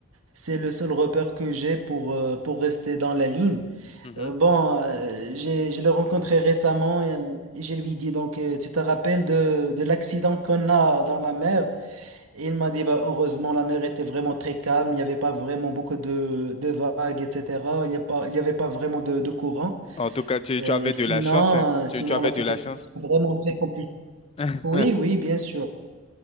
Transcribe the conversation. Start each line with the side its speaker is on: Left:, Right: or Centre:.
Right: C'est le seul repère que j'ai pour, euh, pour rester dans la ligne.
Left: mhm.
Right: Euh, bon, euh, j'ai, je l'ai rencontré récemment et, euh, et je lui dis donc euh, tu te rappelles de, de l'accident qu'on a dans la mer? Et il m'a dit bah, heureusement la mer était vraiment très calme, il n'y avait pas vraiment beaucoup de, de vagues, etc. Il n'y a pas- il n'y avait pas vraiment de de courant.
Left: En tout cas, tu,
Right: Euh,
Left: tu avais
Right: sinon,
Left: de la chance, hein.
Right: euh,
Left: Tu,
Right: sinon,
Left: tu avais
Right: la situation
Left: de la chance.
Right: c'est vraiment très compliquée.
Left: <laughs>
Right: Oui, oui, bien sûr.